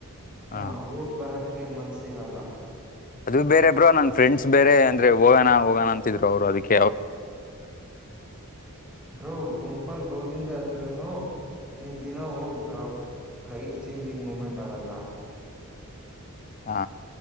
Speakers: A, on the left; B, in the centre.
A: ಹಾ
B: ಹ ಹೋಗ ಬರಕ್ ಕ ಮನ್ಸಿರಲ್ಲ.
A: ಅದು ಬೇರೆ ಬ್ರೋ ನನ್ ಫ್ರೆಂಡ್ ಬೇರೆ ಅಂದ್ರೆ ಹೋಗೋಣ ಹೋಗೋಣ ಅಂತಿದ್ರು ಅವರು ಅದಿಕ್ಕೆ
B: ಬ್ರೋ ಗುಂಪಲ್ ಗೋವಿಂದ ಅಂದ ರುನು ನಿನ್ ದಿನ ಹೋಗ ಬ್ರೋ ಲೈಫ್ ಚೇಂಜಿಂಗ್ ಮೂಮೆಂಟ್ ಅವೆಲ್ಲ
A: ಹ್ನ.